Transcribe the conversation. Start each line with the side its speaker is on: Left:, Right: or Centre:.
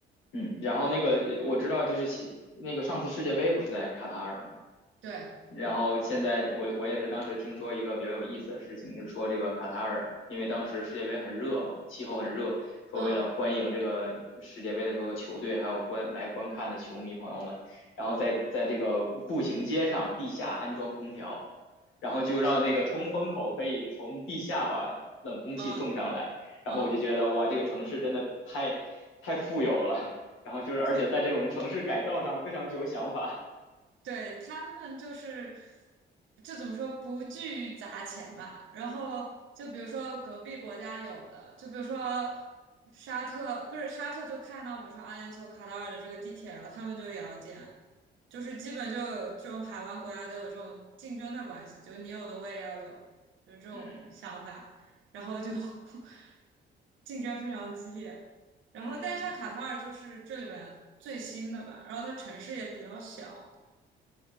Left: 嗯，然后那个我知道，就是其那个上次世界杯不是在卡塔尔吗？
Right: 对，
Left: 然后现在我我也是当时听说一个比较有意思的事情，是说这个卡塔尔，因为当时世界杯很热嘛，气候很热，说为了欢迎这个世界杯的各个球队，
Right: 嗯
Left: 还有观来观看的球迷朋友们，然后在在这个步行街上地下安装空调，然后就让那个通风口可以从地下把冷空气送上来，
Right: 嗯
Left: 然后我就觉得哇，
Right: 嗯，
Left: 这个城市真的太太富有了，<laughs> 然后就是而且在这种城市改造上非常具有想法，
Right: 可对，他们就是，就怎么说，不惧于砸钱吧。然后就比如说隔壁国家有的，就比如说沙特，不是沙特就看到，比如说阿联酋、卡塔尔的这个地铁，然后他们就也要建，就是基本就有这种海湾国家都有这种竞争的关系，就你有的我也要有，就是这种想法，
Left: 嗯
Right: 然后就 <laughs> 竞争非常激烈。然后，
Left: 嗯。
Right: 但是像卡塔尔就是这里边最新的吧，然后它城市也比较小。